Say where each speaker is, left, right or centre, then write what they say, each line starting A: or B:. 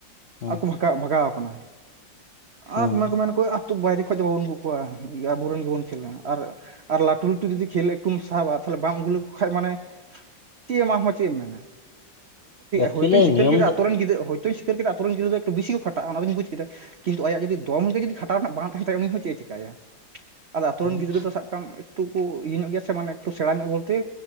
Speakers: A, on the left; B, on the right.
A: ᱦᱮᱸ ᱦᱮᱸ
B: ᱟᱠᱚ ᱵᱷᱟᱜ ᱵᱷᱟᱜᱟᱣ ᱟᱠᱟᱱᱟ ᱟᱨ
A: ᱦᱮᱸ
B: ᱠᱚ ᱢᱟ ᱠᱚ ᱢᱮᱱ ᱟᱠᱚ ᱟᱹᱛᱩ ᱵᱟᱭᱨᱮ ᱠᱷᱚᱡ ᱫᱚ ᱵᱟᱵᱚᱱ ᱟᱹᱜᱩ ᱠᱚᱣᱟ ᱟᱵᱚᱨᱮᱱ ᱜᱮᱵᱚᱱ ᱠᱷᱮᱞᱟ ᱟᱨ ᱞᱟᱹᱴᱩ ᱞᱟᱹᱴᱩ ᱞᱟᱹᱴᱩ ᱡᱩᱫᱤ ᱠᱷᱮᱞ ᱮᱠᱴᱩᱢ ᱥᱟᱵᱟ ᱛᱟᱦᱚᱞᱮ ᱵᱟᱢ ᱟᱜᱩ ᱞᱮᱠᱚ ᱠᱷᱟᱱ ᱢᱟᱱᱮ ᱪᱮᱫ ᱮᱢᱟᱢ ᱦᱚᱸ ᱪᱮᱫ ᱮᱢ ᱢᱮᱱᱟ
A: ᱮᱠᱪᱩᱭᱮᱞᱤ
B: ᱦᱳᱭᱛᱳᱧ ᱥᱤᱠᱟᱹᱨ
A: ᱱᱤᱭᱚᱢ
B: ᱠᱮᱫᱟ
A: ᱫᱚ
B: ᱟᱳ ᱨᱮᱱ ᱜᱤᱫᱽᱟᱹ ᱦᱳᱭᱛᱳᱧ ᱥᱤᱠᱟᱹᱨ ᱠᱮᱫᱟ ᱟᱛᱚ ᱨᱮᱱ ᱜᱤᱫᱽᱨᱟᱹ ᱫᱚ ᱮᱠᱴᱩ ᱵᱤᱥᱤ ᱠᱚ ᱠᱷᱴᱟᱜᱼᱟ ᱚᱱᱟᱫᱚᱩᱧ ᱵᱩᱡ ᱠᱮᱫᱟ ᱠᱤᱱᱛᱩ ᱟᱭᱟᱜ ᱡᱩᱫᱤ ᱫᱚᱢ ᱜᱮ ᱡᱩᱫᱤ ᱠᱷᱟᱴᱟᱣ ᱨᱮᱱᱟᱜ ᱵᱟᱝ ᱛᱟᱦᱮᱱ ᱛᱟᱭᱟ ᱩᱱᱤ ᱦᱚᱸ ᱪᱮᱫ ᱮ ᱪᱮᱤᱠᱟᱭᱟ ᱟᱫᱚ
A: ᱦᱮᱸ
B: ᱟᱛᱳ ᱨᱮᱱ ᱜᱤᱫᱽᱨᱟᱹ ᱫᱚ ᱥᱟᱵ ᱠᱟᱜ ᱢᱮ ᱮᱠᱴᱩ ᱠᱚ ᱤᱭᱟᱹ ᱧᱚᱜ ᱜᱮᱭᱟ ᱥᱮ ᱢᱟᱱᱮ ᱮᱠᱴᱩ ᱥᱮᱬᱟ ᱧᱚᱜ ᱵᱚᱞᱛᱮ